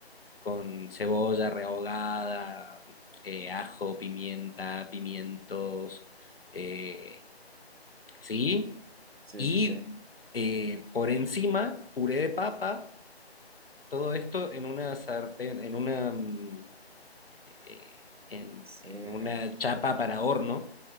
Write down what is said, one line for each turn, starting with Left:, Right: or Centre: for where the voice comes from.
Left: con cebolla rehogada, eh, ajo, pimienta, pimientos, eh, ¿sí?
Right: Sí,
Left: Y
Right: sí, sí.
Left: eh, por encima, puré de papa, todo esto en una sartén, en una, mm, eh, en
Right: Sí,
Left: en
Right: ajá.
Left: una chapa para horno